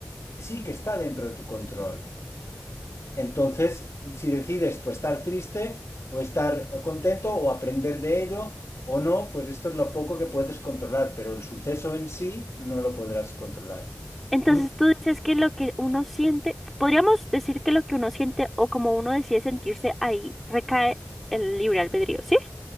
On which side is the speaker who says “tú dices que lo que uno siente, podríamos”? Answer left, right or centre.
Centre